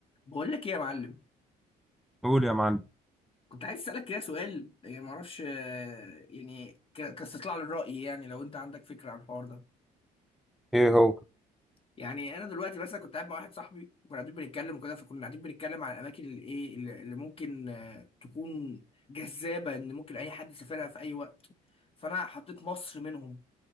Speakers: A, on the left (about 35°); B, in the centre.
A: بقول لك ايه يا معلم
B: قول يا معلم
A: كنت عايز اسالك كده سؤال يعني ما اعرفش آه، يعني ك- كاستطلاع للراي يعني لو انت عندك فكره عن الحوار ده
B: ايه هو
A: يعني انا دلوقتي مثلا كنت قاعد مع واحد صاحبي وكنا قاعدين بنتكلم وكده فكنا قاعدين بنتكلم على الاماكن اللي ايه اللي اللي ممكن آه، تكون جذابه ان ممكن اي حد يسافرها في اي وقت فانا حطيت مصر منهم